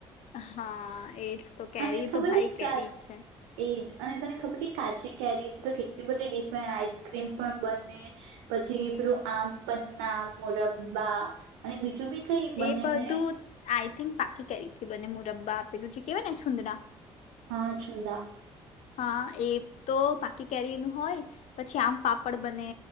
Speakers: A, on the left; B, on the right.
A: હા, એ જ તો, કેરી
B: અને ખબર
A: તો ભાઈ
B: કે
A: કેરી
B: કા
A: છે.
B: એજ અને તને ખબર કે કાચી કેરી તો કેટલી બધી ડીશ બને, આઈસક્રીમ પણ બને, પછી પેલું આમ પન્ના, મોરબ્બા અને બી બીજું કઈ બને
A: એ બધું,
B: ને
A: આઈ થિંક પાક્કી કેરીથી બને મું રબ્બા પેલું જે કેવાય ને છુંદડા
B: હા છુંદા
A: હા એ તો પાકી કેરી નું હોય, પછી આમ પાપડ બને,